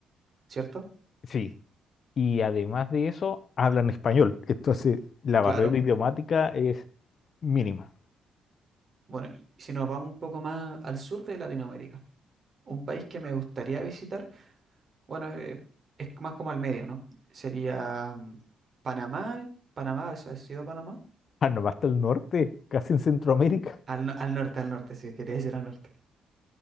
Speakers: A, on the right (about 40°); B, on the left (about 50°).
A: ¿cierto?
B: Sí. Y además de eso, hablan español. Entonces, la
A: Claro.
B: barrera idiomática es mínima.
A: Bueno, y si nos vamos un poco más al sur de Latinoamérica, un país que me gustaría visitar. Bueno, eh, es más como al medio, ¿no? Sería mm, Panamá, Panamá, ¿has has ido a Panamá?
B: Panamá hasta el norte, casi en Centroamérica.
A: Al, no- al norte, al norte, sí, quería decir al norte.